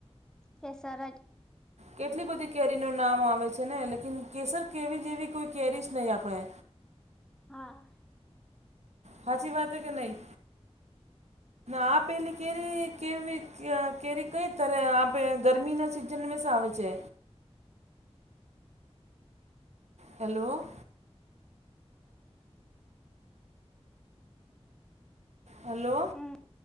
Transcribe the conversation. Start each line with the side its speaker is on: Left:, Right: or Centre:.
Centre: કેસર જ
Right: કેટલી બધી કેરી નુ નામ આવે છે ને લેકિન કેસર કેરી જેવી કોઈ કેરી જ નહીં આપણે.
Centre: હા.
Right: હાચી વાત કે નહી. આ પેલી કેરી કેવી કેરી કઈ ત આપે ગરમી ના જ જન્મિસ આવે છે. હેલો. હેલો
Centre: હમ